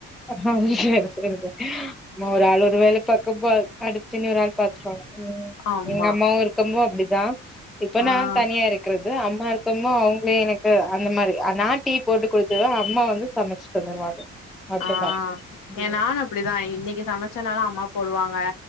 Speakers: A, in the centre; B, on the left.
A: அ சேரி சேரி சேரி நா ஒரு ஆளு ஒரு வேல பக்கம் பார் அடுத்து நீ ஒராள் பாத்துட்டு வாங்க ம்
B: ஆமா
A: எங்க அம்மாவு இருக்கும்போ அப்டி தா இப்ப
B: ஆ
A: நா தனியா இருக்குறது அம் அம்மா இருக்கமோ அவங்களே எனக்கு அந்த மாரி நா டீ போட்டு குடுத்துடுவ அம்மா வந்து சமச்சு தந்துருவாங்க அப்டி
B: ஆ
A: மாரி ம்
B: எ நானு அப்புடிதா இன்னிக்கு சமச்சனாலு அம்மாவுக் போடுவாங் ப்பா